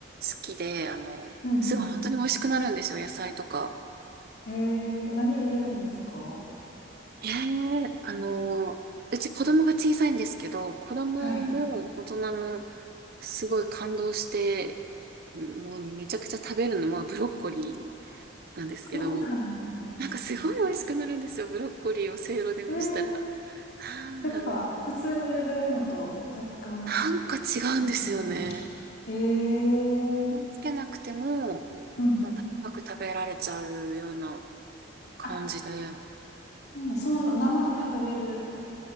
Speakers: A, on the right; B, on the left.
A: きで、あの、
B: う。うん
A: すごい本当に美味しくなるんですよ、野菜とか。
B: うん。えー、何入れるんですか
A: へえ、あの、うち子供が小さいんですけど、子供も大人も
B: はい。
A: すごい感動して、うんもうめちゃくちゃ食べるのはブロッコリーなんですけど、
B: そうなんですね。
A: なんかすごい美味しくなるんですよ、ブロッコリーをせいろで蒸したら。
B: えー
A: なんだろう。
B: やっぱ、普通に茹でるのと若干、
A: なんか違うんですよね。
B: なんか違うんですかええー。
A: つけなくても、
B: うん。
A: もうパクパク食べられちゃうような感じで。
B: あ、そうなのそのまま生で食べれる